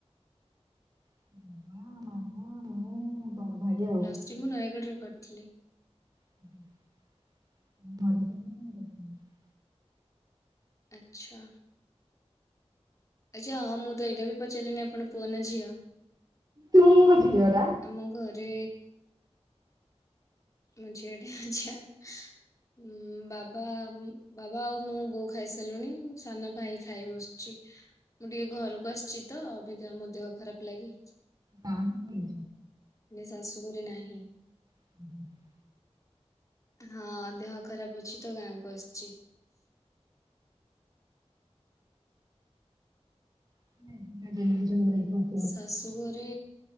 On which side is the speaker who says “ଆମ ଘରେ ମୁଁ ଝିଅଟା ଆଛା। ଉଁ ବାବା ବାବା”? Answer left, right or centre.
Left